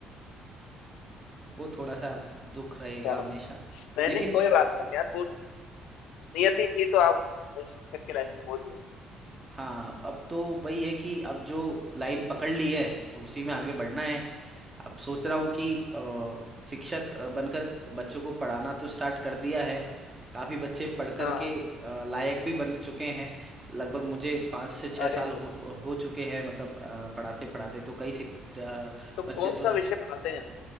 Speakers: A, on the right; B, on the left.
A: वो थोड़ा सा दुख रहेगा
B: अच्छा।
A: हमेशा
B: नहीं
A: लेकिन
B: नहीं कोई बात नहीं यार वो नियति थी तो आप शिक्षक की लाइन में पहुंच गए
A: हाँ अब तो वही है कि अब जो लाइन पकड़ ली है तो उसी में आगे बढ़ना है अब सोच रहा हूँ कि अ, शिक्षक अ, बनकर बच्चों को पढ़ाना तो स्टार्ट कर दिया है काफी बच्चे पढ़ करके
B: हाँ हाँ
A: अ, लायक भी बन चुके हैं लगभग मुझे पाँच से छः
B: अरे
A: साल
B: अरे
A: हो, हो चुके हैं मतलब अ, पढ़ाते पढ़ाते तो कई शिक- अ,
B: तो कौन
A: बच्चे तो
B: सा
A: ऐसे-
B: विषय पढ़ाते हैं आप?